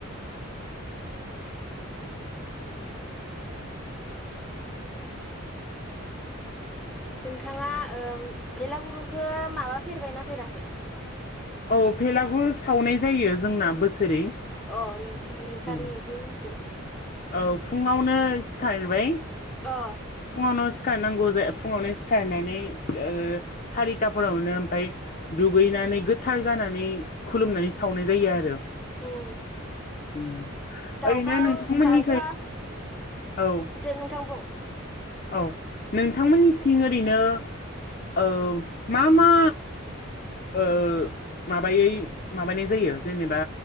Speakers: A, in the centre; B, on the left.
A: नोंथाङा ओ- भेलागुरुखौ माबा फेरबायनाा फेराखै?
B: औ भेलागुर सावनाय जायो जोंना बोसोरै।
A: अ नोंथ नोंसार
B: उम
A: नोंथां मिथि <unintelligible>
B: औ फुङावनो सिखारबाय
A: अ
B: फुङावनो सिखारनांगौ। फुावनो सिखारनानै ओ- सारिथाावनो मफ्राय दुगैनानै गोथ जानानै खुलुमनानै सावनाय जायो आरो उ
A: उम दाउखा
B: ओरैनो नों- नि
A: दाउखा
B: औ
A: दे नोंथां बुं
B: औ नोंथांमोननिथिं ओरैनो ओ- मा मा ओ- माबायै माबानाय जायो जेनेबा